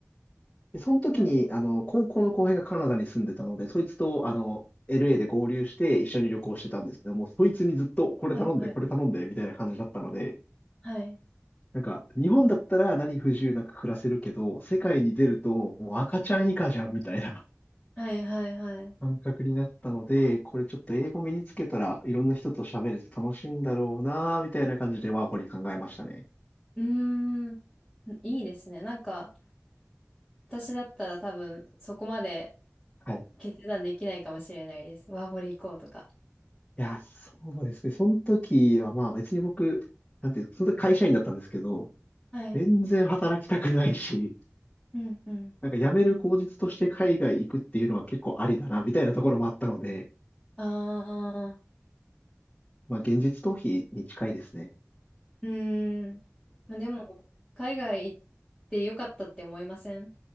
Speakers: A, on the left; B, in the centre.
A: で、その時に、
B: はい。
A: あの、高校の後輩がカナダに住んでたので、そいつと、あの、LA で合流して一緒に旅行してたんですけども、そいつにずっとこれ頼んで、
B: はい、はい、
A: これ頼んで、みたいな感じだったので、
B: はい。
A: なんか、日本だったら何不自由なく暮らせるけど、世界に出るともう赤ちゃん以下じゃんみたいな
B: はい、はい、はい。
A: <laughs> 感覚になったので、これちょっと英語身につけたらいろんな人と喋れて楽しいんだろうなーみたいな感じでワーホリ考えましたね。
B: うーん、いいですね。なんか、私だったら多分、そこまで
A: はい。い
B: 決断できないかもしれないです。ワーホリ行こうとか。
A: や、そうですね。その時はまあ別に僕、なんていうか、その時会社員だったんですけど、
B: はい。
A: 全然働きたくないし、
B: うん、うん。
A: なんか辞める口実として海外行くっていうのは結構ありだなみたいなところもあったので、
B: ああ、
A: まあ現実逃避に近いですね。
B: うーん。まあ、でも、海外行ってよかったって思いません